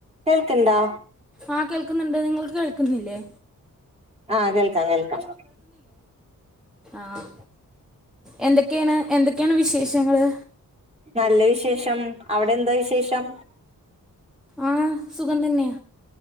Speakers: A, on the right; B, in the centre.
A: കേൾക്കണ്ടാ
B: ആഹ് കേൾക്കുന്നുണ്ട് നിങ്ങൾക്ക് കേൾക്കുന്നില്ലേ
A: ആഹ് കേൾക്കാം കേൾക്കാം
B: ആഹ് എന്തൊക്കെയാണ് എന്തൊക്കെയാണ് വിശേഷങ്ങള്
A: നല്ല വിശേഷം അവിടെ എന്താ വിശേഷം
B: ആഹ് സുഖം തന്നെയ